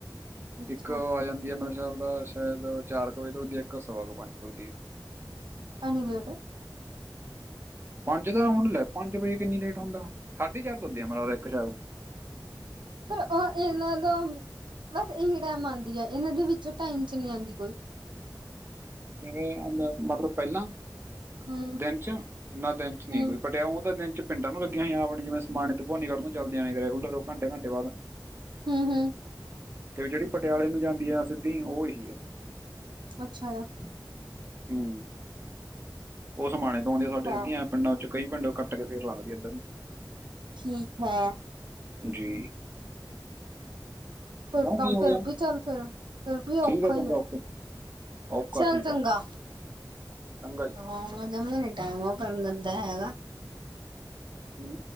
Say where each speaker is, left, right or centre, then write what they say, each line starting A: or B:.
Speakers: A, on the right; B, on the right.
A: ਅੱਛਾ
B: ਇੱਕ ਆ ਜਾਂਦੀ ਹੈ <unintelligible> ਚੱਲਦਾ ਸ਼ਾਇਦ ਚਾਰ ਕੁ ਵਜੇ ਤੁਰਦੀ ਹੈ ਇੱਕ ਸਵਾ ਕੁ ਪੰਜ ਤੁਰਦੀ ਹੈ।
A: ਅਨਿਲੇਟਰ-
B: ਪੰਜ ਦਾ ਹੁਣ ਲੈ ਪੰਜ ਵਜੇ ਕਿੰਨੀ ਲੇਟ ਹੁੰਦਾ ਸਾਢੇ ਚਾਰ ਤੋਂਦਿਆਂ ਮਰਾ ਦਾ ਇੱਕ ਚਾਰ-
A: ਪਰ ਉਹ ਇਹਨਾਂ ਦਾ ਬਸ ਇਹੀ ਟਾਈਮ ਆਦੀ ਹ ਇਹਨਾਂ ਦੇ ਵਿੱਚ ਜ ਟਾਈਮ ਚ ਨਹੀਂ ਆਂਦੀ ਕੋਈ।
B: ਕਿਵੇਂ ਆਦਾ ਮਟਰ ਪਹਿਲਾਂ-
A: ਹੂੰ
B: ਦਿਨ ਚ ਨਾ ਦਿਨ ਚ ਨਹੀਂ
A: ਹੂੰ
B: ਕੋਈ ਪਟਿਆਊ ਤਾਂ ਦਿਨ ਚ- ਭਿੰਡਾਂ ਨੂੰ ਲੱਗੀਆਂ ਹੋਈਆਂ ਆਵਣੇ ਜਿਵੇਂ ਸਮਾਨੇ ਤੋਂ ਭਵਾਨੀਗਢ ਨੂੰ ਚਲਦੀਆਂ ਨੇ, ਰੈਗੂਲਰ ਔ ਘੰਟੇ- ਘੰਟੇ ਬਾਦ।
A: ਹੂੰ ਹੂੰ
B: ਤੇ ਜੇੜੀ ਪਟਿਆਲੇ ਨੂੰ ਜਾਂਦੀ ਆ ਸਿੱਧੀ ਔ ਏਹੀ ਆ।
A: ਅੱਛਾ ਆ।
B: ਹੂੰ ਔ ਸਮਾਣੇ ਤੋਂ ਆਉਂਦੀ
A: ਠੀਕ
B: ਸਾਡੇ
A: ਹੈ
B: ਸਿੱਧੀਆਂ ਏਂ ਪਿੰਡਾਂ 'ਚ। ਕਈ ਪਿੰਡੋਂ ਕੱਟ ਕੇ ਫੇਰ ਲੰਘਦੀ ਏਧਰ ਨੂੰ।
A: ਠੀਕ ਹੈ।
B: ਜੀ
A: ਫਿਰ
B: ਕਿਉਂ
A: ਤਾਂ
B: ਕੀ ਹੋ
A: ਫੇਰ
B: ਗਿਆ
A: ਵੀ ਚੱਲ ਫੇਰ ਫਿਰ ਵੀ ਔਖਾ
B: ਠੀਕ ਆ ਚੰਗਾ
A: ਈ ਐ।
B: ਓਕੇ ਓਕਾ
A: ਚੱਲ
B: ਠੀਕ
A: ਚੰਗਾ।
B: ਆ ਚੰਗਾ
A: <inaudible>
B: ਜੀ
A: ਜਵੇਂ ਨੀ ਟੈਮ ਓ ਕਰਨ ਦਿੰਦਾ ਹੈਗਾ।
B: ਹੂੰ